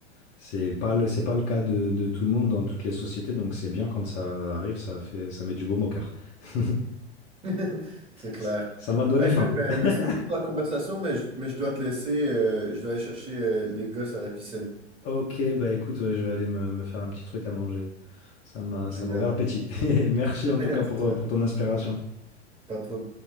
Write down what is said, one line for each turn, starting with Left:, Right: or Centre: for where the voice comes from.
Left: C'est pas le, c'est pas le cas de, de tout le monde dans toutes les sociétés, donc c'est bien quand ça arrive, ça fait, ça met du baume au cœur. <laughs>
Right: sais. <laughs> C'est clair.
Left: Ça ça m'a donné
Right: Ah, écoute,
Left: faim.
Right: ben,
Left: <laughs>
Right: merci beaucoup pour la conversation, mais je, mais je dois te laisser. euh, je dois aller chercher euh, les gosses à la piscine.
Left: Ok, bah écoute, ouais, je vais aller me, me faire un petit truc à manger. Ça m'a,
Right: Génial.
Left: ça m'a ouvert l'appétit. <laughs> Merci en tout
Right: <laughs>
Left: cas pour,
Right: C'est clair.
Left: euh, pour ton inspiration.
Right: Pas trop.